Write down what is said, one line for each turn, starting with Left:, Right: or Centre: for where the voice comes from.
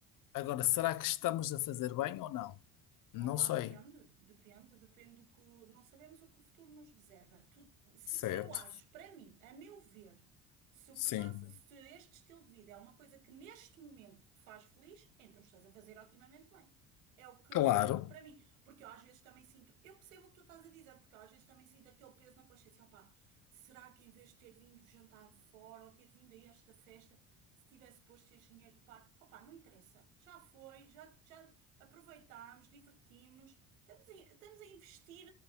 Left: agora, será que estamos a fazer bem ou não? Não
Right: Opa,
Left: sei.
Right: depende, depende, depende do que. o- Não sabemos o que o futuro nos reserva. Tu- se,
Left: Certo.
Right: eu acho, para mim, a meu ver, se o
Left: Sim.
Right: que tu estás, se este estilo de vida é uma coisa que neste momento te faz feliz, então estás a fazer otimamente bem. É o que eu
Left: Claro.
Right: sinto para mim. Porque eu às vezes também sinto. Eu percebo o que tu estás a dizer, porque eu às vezes também sinto aquele peso na consciência. Opa, será que em vez de ter vindo jantar fora ou ter vindo a esta festa, se tivesse posto este dinheiro de parte? Opa, não interessa. Já foi, já, já, aproveitarmos, divertirmos, estamos a, estamos a investir